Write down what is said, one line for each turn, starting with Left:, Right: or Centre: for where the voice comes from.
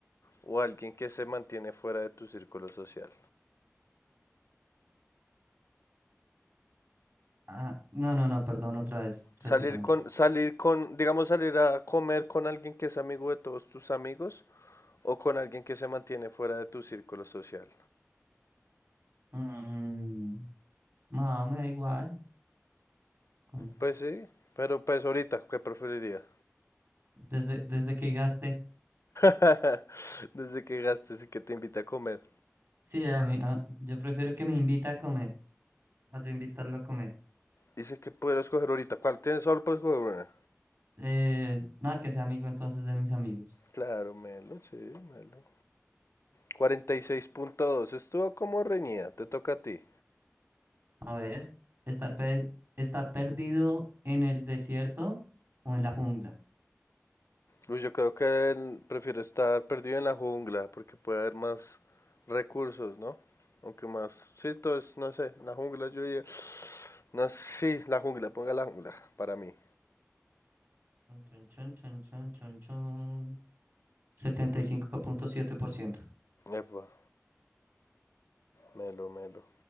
Left: o alguien que se mantiene fuera de tu círculo social?
Right: Ah, no, no, no, perdón, otra vez.
Left: Salir
Right: Repítemela.
Left: con, salir con, digamos, salir a comer con alguien que es amigo de todos tus amigos o con alguien que se mantiene fuera de tu círculo social.
Right: Mm, no, me da igual. Con-
Left: Pues sí, pero pues ahorita, ¿qué preferiría?
Right: Desde, desde que gaste.
Left: <laughs> Desde que gastes y que te invita a comer.
Right: Sí, a mí, a- yo prefiero que me invita a comer. A yo invitarlo a comer.
Left: Dice que puedo escoger ahorita. ¿Cuál tienes? Solo puedes escoger una.
Right: Eh, nada, que sea amigo entonces de mis amigos.
Left: Claro, Melo, sí, Melo. cuarenta y seis punto dos estuvo como reñida, te toca a ti.
Right: A ver, estar, per- estar perdido en el desierto o en la jungla.
Left: Uy, yo creo que el- prefiero estar perdido en la jungla porque puede haber más recursos, ¿no? Aunque más, sí, todo es, no sé, la jungla yo diría, no, sí, la jungla, ponga la jungla para mí.
Right: Chun, chun, chun, chun, chun, chun, chun. 75.7%.
Left: Epa, melo, melo.